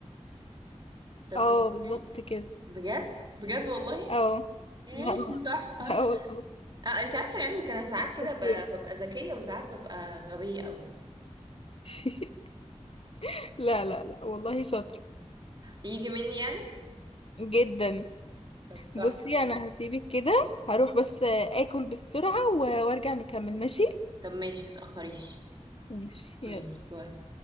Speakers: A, on the right (about 40°); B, on the left (about 55°).
A: ده الظل
B: اه بالظبط
A: بتاعي
B: كده
A: بجد بجد والله
B: اه
A: ماشي
B: لا
A: تحفه
B: لا والله
A: آه انت عارفه العلم انا ساعات كده
B: شطور.
A: ب- ببقى ذكيه وساعات ببقى غبيه قوي
B: <laughs> لا لا لا والله شاطر
A: يجي مني يعني
B: جدا
A: طب تحفة
B: بصي
A: ماشي.
B: انا هسيبك كده هروح بس اكل بسرعة و- وارجع نكمل ماشي
A: طب ماشي متأخريش
B: ماشي يلا
A: ماشي باي